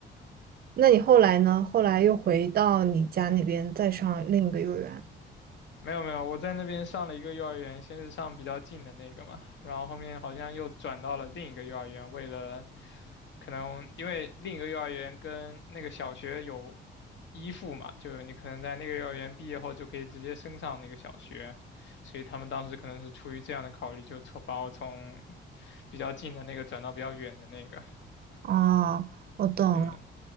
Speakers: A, on the right; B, on the left.
A: 那你后来呢？后来又回到你家那边再上另一个幼儿园。
B: 没有没有，我在那边上了一个幼儿园，先是上比较近的那个嘛，然后后面好像又转到了另一个幼儿园，为了可能因为另一个幼儿园跟那个小学有依附嘛，就是你可能在那个幼儿园毕业后就可以直接升上那个小学，所以他们当时可能是出于这样的考虑，就从把我从比较近的那个转到比较远的那个，
A: 哦，我懂了。
B: 对。